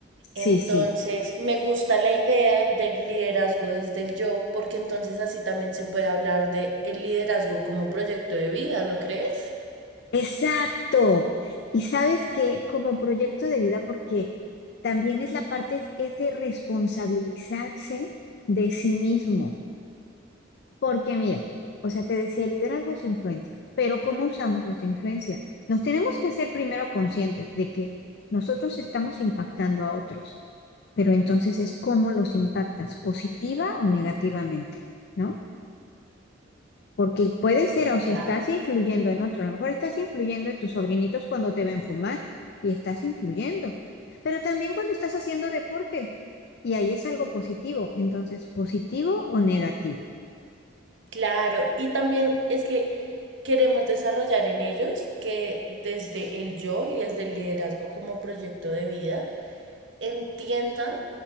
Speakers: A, on the left; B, on the right.
A: Sí,
B: Entonces,
A: sí.
B: me gusta la idea del liderazgo desde el yo, porque entonces así también se puede hablar de el liderazgo como proyecto de vida, ¿no crees?
A: Exacto. Y sabes que como proyecto de vida, porque también es la parte, es es de responsabilizarse de sí mismo. Porque mira, o sea, te decía, el liderazgo es influencia, pero ¿cómo usamos esta influencia? Nos tenemos que hacer primero conscientes de que nosotros estamos impactando a otros, pero entonces es cómo los impactas, positiva o negativamente, ¿no? Porque puede ser, o sea,
B: Claro.
A: estás influyendo en otro, a lo mejor estás influyendo en tus sobrinitos cuando te ven fumar y estás influyendo, pero también cuando estás haciendo deporte y ahí es algo positivo, entonces, positivo o negativo.
B: Claro, y también es que queremos desarrollar en ellos que desde el yo y desde el liderazgo como proyecto de vida entiendan